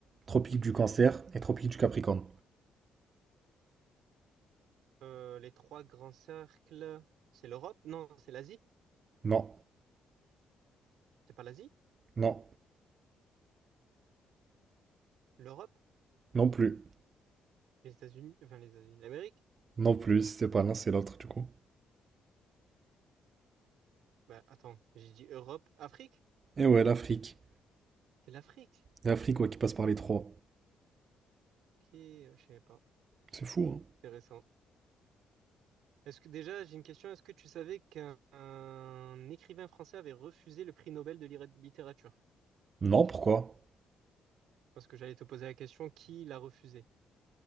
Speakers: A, on the right; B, on the right.
A: tropique du Cancer et tropique du Capricorne.
B: euh, les trois grands cercles, c'est l'Europe? Non, c'est l'Asie.
A: Non,
B: C'est pas l'Asie?
A: non,
B: L'Europe?
A: non plus.
B: Les États-Unis? Enfin, les États-Unis, l'Amérique?
A: Non plus, si c'est pas l'un, c'est l'autre du coup.
B: Bah, attends, j'ai dit Europe, Afrique?
A: Et ouais, l'Afrique.
B: C'est l'Afrique.
A: L'Afrique, ouais, qui passe par les trois.
B: Ok, euh, je savais pas.
A: C'est fou, hein?
B: Intéressant. Est-ce que déjà, j'ai une question. Est-ce que tu savais qu'un un écrivain français avait refusé le prix Nobel de lira- littérature?
A: Non, pourquoi?
B: Parce que j'allais te poser la question, qui l'a refusé?